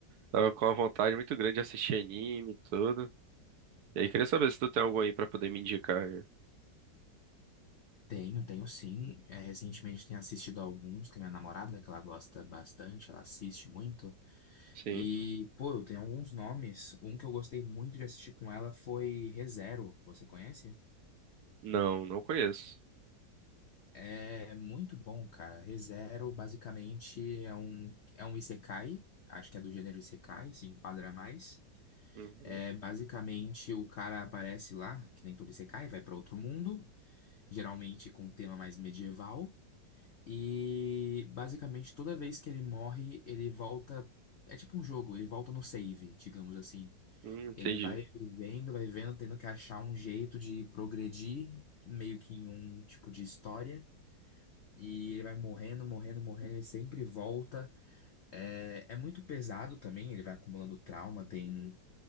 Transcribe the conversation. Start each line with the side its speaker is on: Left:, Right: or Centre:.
Right: tava com uma vontade muito grande de assistir anime e tudo, e aí queria saber se tu tem algum aí pra poder me indicar. né?
Left: Tenho, tenho sim. É, recentemente tenho assistido alguns que a minha namorada, que ela gosta bastante, ela assiste muito.
Right: Sim?
Left: E, pô, eu tenho alguns nomes. Um que eu gostei muito de assistir com ela foi ReZero. Você conhece?
Right: Não, não conheço.
Left: É muito bom, cara. ReZero basicamente é um, é um isekai. Acho que é do gênero isekai, se enquadra mais.
Right: Uhum.
Left: É, basicamente, o cara aparece lá, que nem todo isekai, vai pra outro mundo. geralmente com um tema mais medieval. E basicamente toda vez que ele morre, ele volta. É tipo um jogo, ele volta no save, digamos assim.
Right: Hum, entendi.
Left: Ele vai vivendo, vai vivendo, tendo que achar um jeito de progredir, meio que em um tipo de história. E ele vai morrendo, morrendo, morrendo, ele sempre volta. É, é muito pesado também, ele vai acumulando trauma, tem.